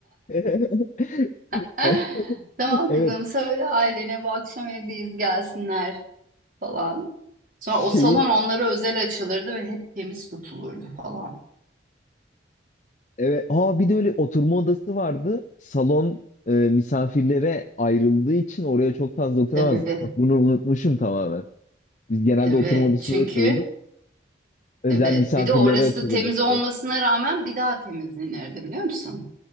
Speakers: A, on the left; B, on the right.
A: <laughs>
B: <laughs>
A: E-
B: Tamam
A: Evet.
B: kızım söyle ailene bu akşam evdeyiz gelsinler falan. Sonra
A: Şeyi
B: o salon onlara özel açılırdı ve hep temiz tutulurdu falan.
A: evet. Aa bir de öyle oturma odası vardı. Salon e, misafirlere ayrıldığı için oraya çok fazla oturamazdık.
B: Tabii
A: Bak bunu unutmuşum tamamen. Biz genelde
B: tabii
A: oturma odasında
B: çünkü
A: otururduk. Özel
B: evet
A: misafirlere
B: bir de orası
A: açılırdı
B: temiz
A: salon.
B: olmasına rağmen bir daha temizlenirdi biliyor musun?